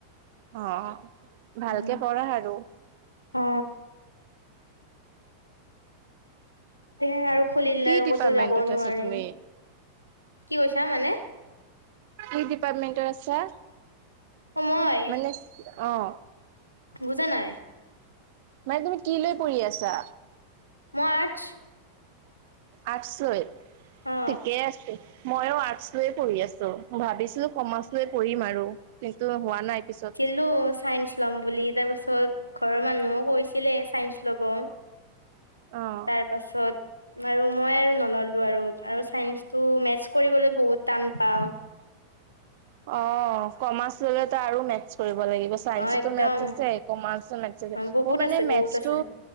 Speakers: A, on the right; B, on the left.
A: অ'! ভালকে
B: উম,
A: পঢ়া আৰু?
B: অ হে আৰু খুলিলে
A: কি
B: আৰু
A: ডিপাৰ্টমেন্টত
B: ক'তো যাব নোৱাৰিম।
A: আছা তুমি?
B: কি কৈছা মানে?
A: কি ডিপাৰ্টমেণ্টত আছা?
B: অ মই
A: মানে, অ'!
B: বুজা নাই।
A: মানে, তুমি কি লৈ পঢ়ি আছা?
B: মই আৰ্টছ।
A: আৰ্টছলৈ,
B: অ
A: ঠিকেই আছে। মইয়ো, আৰ্টছলৈয়ে পঢ়ি আছোঁ। ভাবিছিলোঁ! কমাৰ্চ লৈ পঢ়িম আৰু কিন্তু, হোৱা নাই পিছত।
B: ল' চাইন্স ল'ম বুলি। তাৰপিছত, ঘৰৰ মানুহো কৈছিলে, চাইন্স ল'ব। <inaudible>
A: অ'!
B: তাৰ পাছত, আৰু মই আৰু নল'লো আৰু। আৰু চাইন্সটো, মেথছ কৰিবলৈ বহুত টান পাওঁ।
A: অ'! কমাৰ্চ ল'লেতো আৰু মেথছ কৰিব লাগিব। চায়েঞ্চটো
B: অ একদম
A: মেথছ আছে, কমাৰ্চত মেথছ আছে।
B: বহুত
A: মোৰ মানে,
B: আছে
A: মেথছটো
B: বহুত আছে